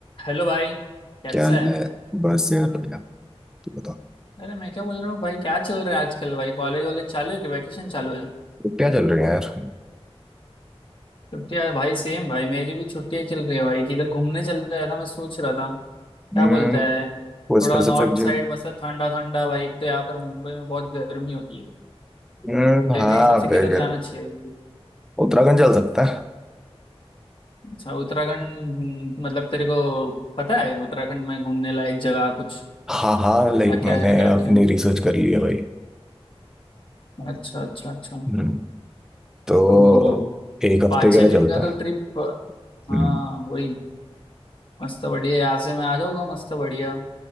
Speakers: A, on the left (about 55°); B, in the centre.
A: हेलो भाई कैसा
B: क्या हाल
A: है
B: है बस यार बढ़िया तू बता
A: अरे मैं क्या बोल रहा हूँ भाई क्या चल रहा है आजकल भाई कॉलेज वॉलेज चालू है कि वैकेशन चालू है
B: क्या चल रही है यार
A: छुट्टियां भाई सेम भाई मेरी भी छुट्टियां चल रही है भाई किधर घूमने चलते हैं ऐसा मैं सोच रहा था क्या
B: हम्म
A: बोलता है थोड़ा
B: कोई स्पेसिफिक
A: नॉर्थ साइड
B: जो
A: मतलब ठंडा ठंडा भाई एक तो यहाँ पर मुंबई में बहुत गर्मी होती है
B: हम्म
A: तो तेरे
B: हाँ
A: हिसाब से
B: बेगर
A: किधर जाना चाहिए
B: उत्तराखंड चल सकता है
A: अच्छा उत्तराखंड हम्म, मतलब तेरे को पता है उत्तराखंड में घूमने लायक जगह कुछ
B: हाँ हाँ लाइक
A: क्या क्या
B: मैंने
A: है क्या
B: अपनी
A: क्या है
B: रिसर्च कर ली है भाई
A: अच्छा अच्छा अच्छा
B: हम्म तो
A: तो
B: एक हफ्ते
A: पाँच
B: के
A: छः
B: लिए
A: दिन
B: चलता
A: का तो
B: है
A: ट्रिप हाँ
B: हम्म
A: वही मस्त बढ़िया यहाँ से मैं आ जाऊंगा मस्त बढ़िया